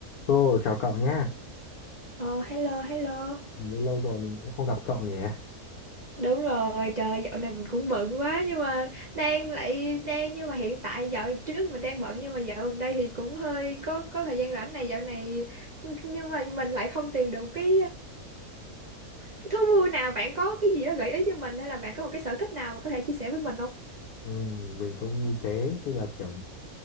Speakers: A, on the left; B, on the right.
A: Cô, chào cậu nhé.
B: Ờ, hello, hello.
A: Như lâu rồi mình cũng không gặp cậu nhỉ.
B: Đúng rồi, trời dạo này mình cũng bận quá nhưng mà đang lại đang nhưng mà hiện tại dạo trước mình đang bận nhưng mà dạo gần đây thì cũng hơi có có thời gian rảnh này dạo này nhưng mà mình lại không tìm được cái cái thú vui nào. Bạn có cái gì đó gợi ý cho mình hay là bạn có một cái sở thích nào mà có thể chia sẻ với mình không?
A: Ừ, mình cũng như thế, tức là kiểu